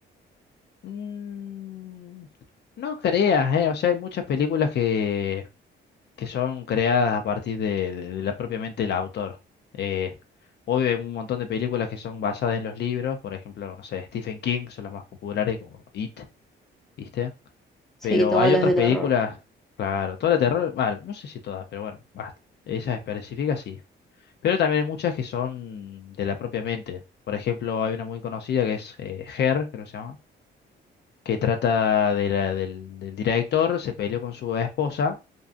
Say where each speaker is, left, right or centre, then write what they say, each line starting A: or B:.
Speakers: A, on the left; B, in the centre.
A: Mm, no creas, ¿eh? O sea, hay muchas películas que, que son creadas a partir de, de- de la propiamente el autor. Eh, obvio, hay un montón de películas que son basadas en los libros, por ejemplo, no sé, Stephen King son las más populares, como It, ¿viste? Pero
B: Sí, todas
A: hay
B: las
A: otras
B: de
A: películas,
B: terror.
A: claro, toda la terror, bueno, no sé si todas, pero bueno, basta. Esas específicas sí. Pero también hay muchas que son de la propia mente. Por ejemplo, hay una muy conocida que es eh, Her, creo que se llama, que trata de la- del, del director, se peleó con su esposa